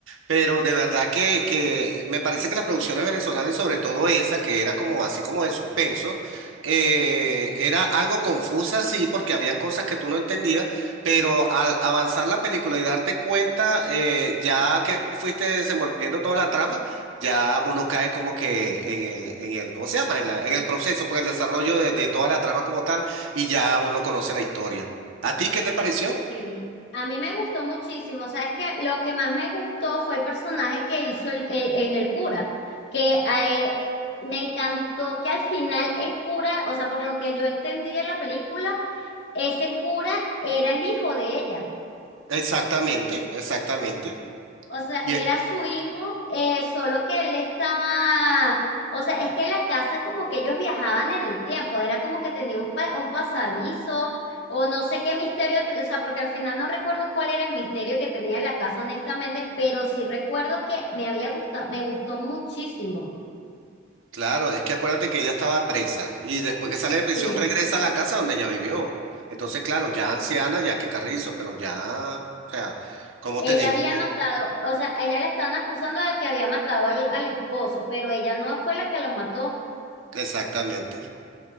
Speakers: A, on the right; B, on the left.
A: Pero de verdad que, que me parece que las producciones venezolanas y sobre todo esa, que era como así como de suspenso, eh, era algo confusa, sí, porque habían cosas que tú no entendías, pero al avanzar la película y darte cuenta, eh, ya que fuiste desenvolviendo toda la trama, ya uno cae como que en el, en el, ¿cómo se llama? En la, en el proceso, pues el desarrollo de, de toda la trama como tal, y ya uno conoce la historia. ¿A ti qué te pareció?
B: Sí, a mí me gustó muchísimo. Sabes que lo que más me gustó fue el personaje que hizo el, el, el del cura, que eh, me encantó que al final el cura, o sea, por lo que yo entendí en la película, ese cura era el hijo de ella.
A: Exactamente, exactamente.
B: O sea,
A: y
B: era su hijo, eh, solo que él estaba, o sea, es que la casa como que ellos viajaban en el tiempo, era como que tenía un, pa- un pasadizo o no sé qué misterio, o sea, porque al final no recuerdo cuál era el misterio que tenía la casa honestamente, pero sí recuerdo que me había gustado, me gustó muchísimo.
A: Claro, es que acuérdate que ella estaba presa y después que sale de prisión
B: Sí,
A: regresa a la casa donde ella vivió. Entonces, claro, ya anciana, ya que Carrizo, pero ya, o sea, ¿cómo
B: ella
A: te digo?
B: había
A: Que-
B: matado, o sea, ella la estaban acusando de que había matado al, al esposo, pero ella no fue la que lo mató.
A: Exactamente.